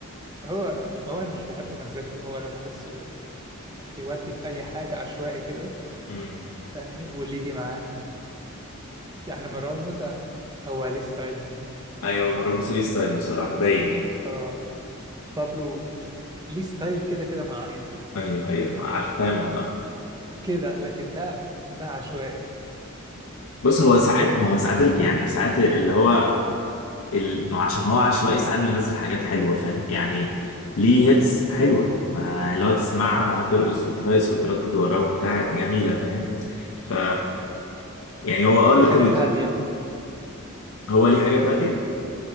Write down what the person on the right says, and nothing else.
هو هو أنا مش بحب مزجته هو أنا بحسه بيودي في أي حاجة عشوائي كده
فاهمني واللي يجي معاه يعني مروان موسى هو ليه ستايل معين
خلاص
اه بابلو لي- ليه ستايل كده كده معين
كده لكن ده ده عشوائي
اه
والحاجات
هادية